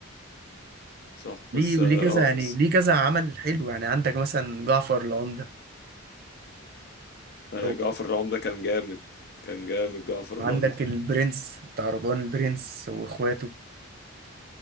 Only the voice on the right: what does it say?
ليه
وليه
كذا
يعني
ليه كذا عمل حلو يعني عندك مثلا جعفر العمدة
أو
عندك
البرنس بتاع رضوان البرنس واخواته